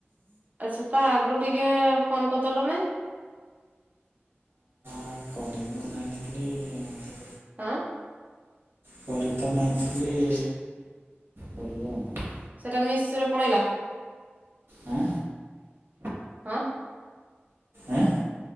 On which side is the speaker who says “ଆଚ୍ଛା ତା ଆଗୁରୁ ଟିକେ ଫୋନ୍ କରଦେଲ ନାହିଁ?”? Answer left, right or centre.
Right